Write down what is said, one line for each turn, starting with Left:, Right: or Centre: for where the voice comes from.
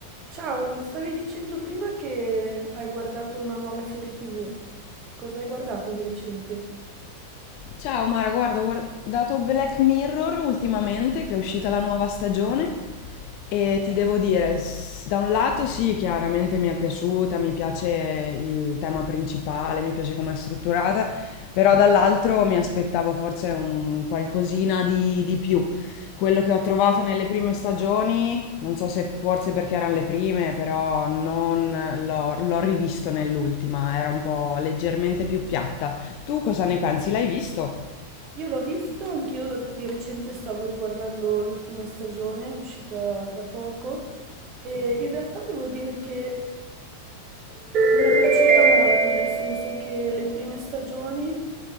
Right: Ciao, mi stavi dicendo prima che hai guardato una nuova serie TV. Cosa hai guardato di recente?
Left: Ciao Mara, guarda, ho guardato Black Mirror ultimamente, che è uscita la nuova stagione, e ti devo dire, s- da un lato sì, chiaramente mi è piaciuta, mi piace il tema principale, mi piace come è strutturata, però dall'altro mi aspettavo forse un qualcosina di, di più. Quello che ho trovato nelle prime stagioni, non so se forse perché erano le prime, però non l'ho l'ho rivisto nell'ultima, era un po' leggermente più piatta. Tu cosa ne pensi? L'hai visto?
Right: Io l'ho visto, anch'io di recente stavo riguardando l'ultima stagione, uscita da poco, e in realtà devo dire che mi è piaciuta molto, nel senso che le prime stagioni